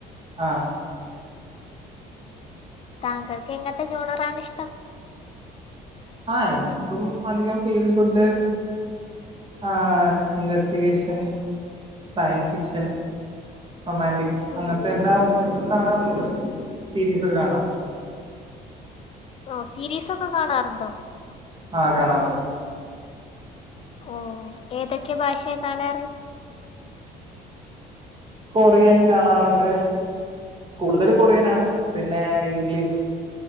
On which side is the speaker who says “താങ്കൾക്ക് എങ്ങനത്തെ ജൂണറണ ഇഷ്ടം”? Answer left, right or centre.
Left